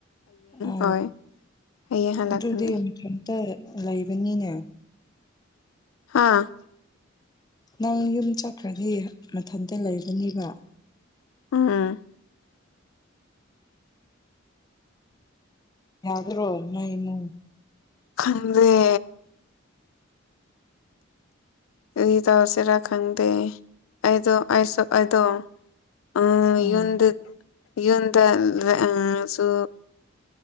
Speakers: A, on the left; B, on the left.
A: ꯎ
B: ꯍꯣꯏ ꯍꯌꯦꯡ ꯍꯜꯂꯛꯀꯅꯤ
A: ꯑꯗꯨꯗꯤ ꯀꯦꯝꯇ ꯂꯩꯕꯅꯤꯅꯦ
B: ꯍꯥꯥ
A: ꯅꯪ ꯌꯨꯝ ꯆꯠꯈ꯭ꯔꯗꯤ ꯃꯊꯟꯇ ꯂꯩꯔꯅꯤꯕ
B: ꯑꯥ
A: ꯌꯥꯎ꯭ꯔꯣ ꯅꯣꯏ ꯅ
B: ꯈꯗꯦ ꯑꯗꯨ ꯇꯎꯁꯤꯦꯔꯥ ꯈꯪꯗꯦ ꯑꯩꯗꯣ ꯑꯩꯁꯨ ꯑꯩꯗꯣ ꯑ
A: ꯎꯝ
B: ꯌꯗ ꯌꯗ ꯁꯣ